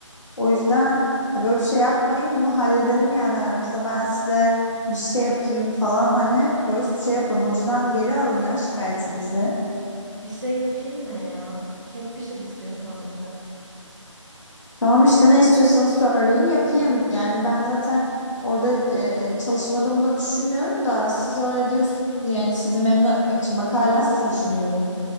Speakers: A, on the left; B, on the right.
A: O yüzden ya böyle bir şey yapmayın. Bunu halledelim yani aramızda. Ben size bir şey yapayım falan hani böyle şey yapın. Hocadan geri alın ya şikayetinizi.
B: Bir şey yapayım ne ya? Kek pişir istiyorsan bize.
A: Tamam işte ne istiyorsanız söyleyin yapayım. Yani ben zaten orada e, çalışmadığımı da düşünmüyorum da siz öyle diyorsunuz diye yani sizi memnun etmek için bak hala siz düşünüyorum.